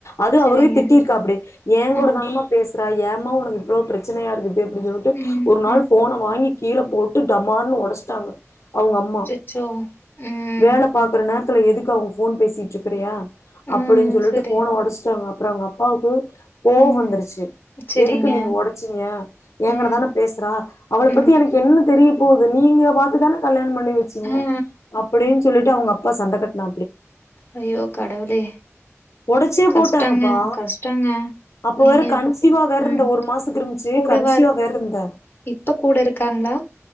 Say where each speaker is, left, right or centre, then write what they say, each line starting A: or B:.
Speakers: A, on the left; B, on the left.
A: அது
B: சரிங்க.
A: அவரெ திட்டிருக்காப்டி ஏ
B: ஆ,
A: கூட தானமா பேச ரா‌ ஏமா உனக்கு இவ்ளோ பிரச்சனையா இருக்குது அப்டின்னு சொல்லிட்டு
B: ம்,
A: ஒரு நாள்
B: ம்.
A: ஃபோன வாங்கி கீழ போட்டு டமார்ன்னு ஒடச்ட்டாங்க அவுங்க அம்மா
B: அச்சச்சோ! ம்,
A: வேல பாக்குற நே த்துல எதுக்கு அவங்க ஃபோன் பேசிட்ருக்கிறியா
B: ம்.
A: அப்படின்னு சொல்லிட்டு
B: சரி.
A: ஃபோன ஒடஸ்ட்டாங்க அப்றொ அவங்க அப்பாவுக்கு கோவந்துருச்சி
B: ம். சரிங்க.
A: எதுக்கு நீங்க ஒடச்சீங்க ஏங்கட்ட
B: ம்,
A: தானே பேசுறா அவளை
B: ம்.
A: பத்தி எனக்கு என்ன தெரியு போகுது நீங்க பாத்து தானே கல்யாணொ பண்ணி வெச்சீங்க
B: ஆ.
A: அப்டீன்னு சொல்லிட்டு அவங்கப்பா சண்ட கட்னா
B: அய்யோ கடவுளே
A: ஒடச்சே
B: கஷ்டங்க
A: போட்டாங்கப்பா
B: கஷ்டங்க
A: அப்ப
B: நீங்க
A: வேற கன்சிவா
B: இப்ப
A: வேற இருந்த
B: ம்.
A: ஒரு மாச கிரும்பிச்சு
B: கூடவா
A: கன்சிவா
B: இரு-
A: வேருந்தே
B: இப்ப கூட இருக்காங்ளா